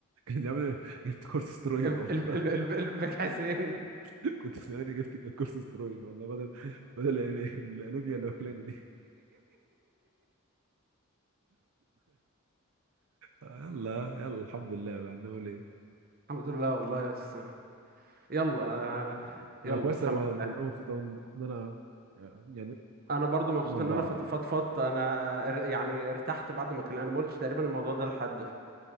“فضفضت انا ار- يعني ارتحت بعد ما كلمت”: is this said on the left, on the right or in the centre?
Right